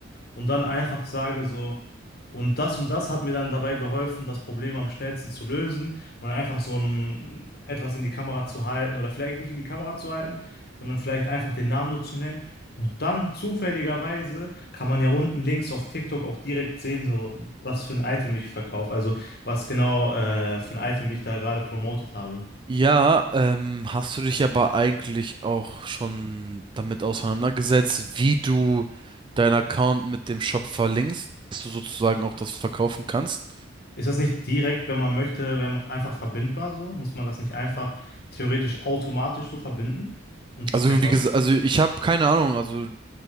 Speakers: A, on the left; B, on the right.
A: und dann einfach sage so, und das und das hat mir dann dabei geholfen, das Problem am schnellsten zu lösen und einfach so ein, etwas in die Kamera zu halten oder vielleicht nicht in die Kamera zu halten, sondern vielleicht einfach den Namen nur zu nennen. Und dann zufälligerweise kann man ja unten links auf TikTok auch direkt sehen, so was für ein Item ich verkaufe, also was genau äh, für ein Item ich da gerade promotet habe.
B: Ja, ähm, hast du dich aber eigentlich auch schon damit auseinandergesetzt, wie du deinen Account mit dem Shop verlinkst, dass du sozusagen auch das verkaufen kannst?
A: Ist das nicht direkt, wenn man möchte, wenn man einfach verbindbar so? Muss man das nicht einfach theoretisch automatisch so verbinden? Und das
B: Also
A: reicht
B: wie
A: aus?
B: gesagt, also ich habe keine Ahnung, also